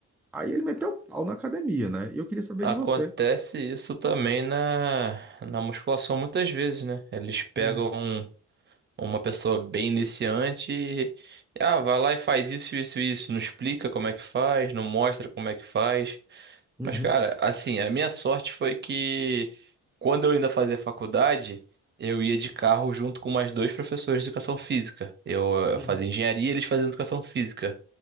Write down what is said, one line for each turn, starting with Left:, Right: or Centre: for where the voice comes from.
Centre: Aí ele meteu o pau na academia, né? E eu queria saber
Right: Acontece
Centre: de você.
Right: isso também na, na musculação muitas vezes, né? Eles pegam
Centre: Hum,
Right: um- uma pessoa bem iniciante e, ah, vai lá e faz isso, isso, isso. Não explica como é que faz, não mostra como é que faz.
Centre: uhum,
Right: Mas, cara, assim, a minha sorte foi que quando eu ainda fazia faculdade, eu ia de carro junto com mais dois professores de educação física. Eu
Centre: uhum.
Right: eh, fazia engenharia e eles faziam educação física.